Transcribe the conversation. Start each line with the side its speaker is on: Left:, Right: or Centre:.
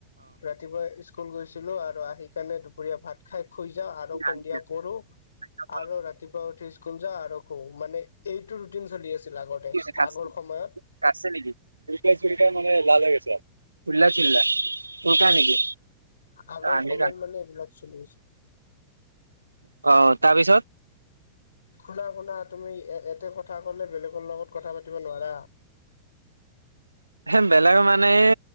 Left: ৰাতিপুৱা স্কুল গৈছিলো আৰু আহি কাৰণে দুপৰীয়া ভাত খাই। শুই যা
Right: অ
Left: আৰু সন্ধিয়া পঢ়ো
Right: কি
Left: আৰু ৰাতিপুৱা উঠি স্কুল যাওঁ আৰু ৰখো মানে এইটো ৰুটিন চলি আছিল আগতে
Right: হৈছে কাটছে
Left: আগৰ সময়ত
Right: কাটছে নেকি? চুলকাই <unintelligible> নেকি?
Left: আগৰ
Right: আমি
Left: সময়ত মানে এইবিলাক চলি আছে
Right: অ' তাৰপিছত
Left: শুনা শুনা তুমি এয়াতে কথা ক'লে বেলেগৰ লগত কথা পাতিব নোৱাৰা।
Right: এ বেলেগৰ মানে এ